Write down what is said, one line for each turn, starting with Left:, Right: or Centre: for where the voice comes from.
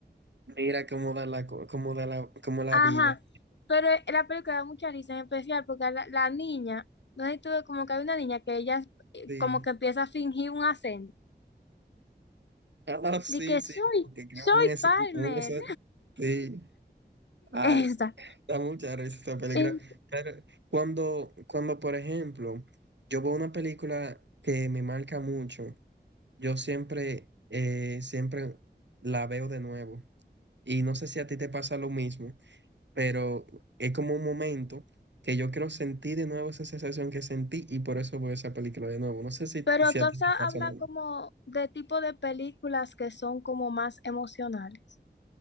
Right: Mira cómo da la, co- cómo da la, cómo la
Left: Ajá,
Right: vida.
Left: pero eh, la película da mucha risa en especial porque a la, la niña, no sé si tú ves como que hay una niña que ella eh,
Right: Sí.
Left: como que
Right: <laughs>
Left: empieza a fingir un acento.
Right: Ah, sí,
Left: De que
Right: sí.
Left: soy,
Right: Porque creo
Left: soy
Right: que un es-
Left: Palmer.
Right: un es- sí. Ay,
Left: <laughs> Esa.
Right: da mucha risa esa película.
Left: Eh,
Right: Pero cuando, cuando, por ejemplo, yo veo una película que me marca mucho, yo siempre, eh, siempre la veo de nuevo. Y no sé si a ti te pasa lo mismo, pero es como un momento que yo quiero sentir de nuevo esa sensación que sentí y por eso veo esa película de nuevo. No sé si,
Left: Pero
Right: si
Left: tú
Right: a
Left: has
Right: ti te
Left: habla
Right: pasa lo mismo.
Left: como de tipo de películas que son como más emocionales.